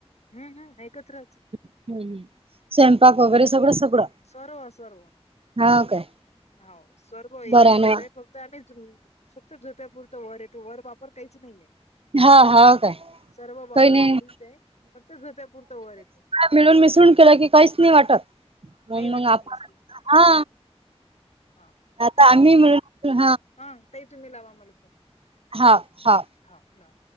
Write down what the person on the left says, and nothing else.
हं हं ऐकत्रच
सर्व सर्व
हो सर्व एकत्रचे
फक्त आम्ही फक्त झोपायपुरतं वर येतो वर वापर काहीच नाहीये
सर्व वापर
खालीच आहे फक्त झोपायापुरत वर येतो
काही वाटत
नसते
हा
हॅलो
हा ताई तुम्ही लावा मला फोन
हा लावा